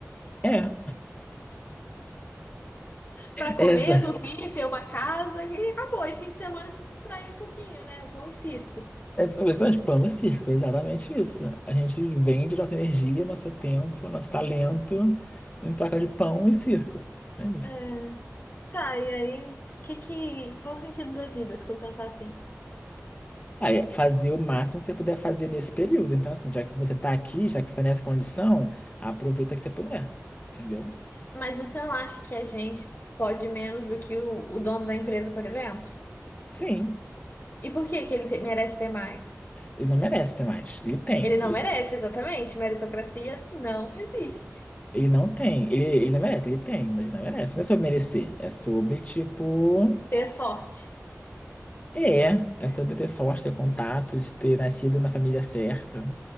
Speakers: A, on the left; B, on the left.
A: É,
B: Pra
A: essa.
B: comer, dormir, ter uma casa e acabou. E fim de semana se distrair um pouquinho, né? O pão e circo.
A: É interessante, pão e circo, é exatamente isso. A gente vende nossa energia, nosso tempo, nosso talento em troca de pão e circo. É isso.
B: É. Tá, e aí, que que, qual o sentido da vida, se for pensar assim?
A: Aí, é fazer o máximo que você puder fazer nesse período. Então, assim, já que você está aqui, já que você está nessa condição, aproveita que você puder. Entendeu?
B: Mas você não acha que a gente pode menos do que o, o dono da empresa, por exemplo?
A: Sim,
B: E por que que ele te- merece ter mais?
A: ele não merece ter mais. Ele tem.
B: Ele não
A: Ele,
B: merece, exatamente. Meritocracia não existe.
A: ele não tem. Ele, ele não merece, ele tem, mas ele não merece. Não é sobre merecer. É sobre, tipo.
B: Ter sorte.
A: É, é sobre ter sorte, ter contatos, ter nascido na família certa.